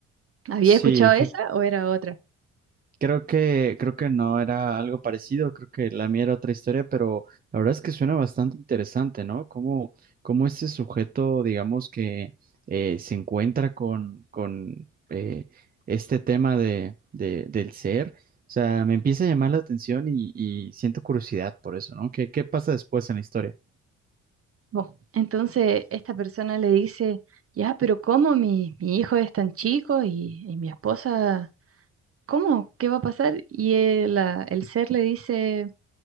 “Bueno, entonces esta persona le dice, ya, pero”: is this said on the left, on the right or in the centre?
Right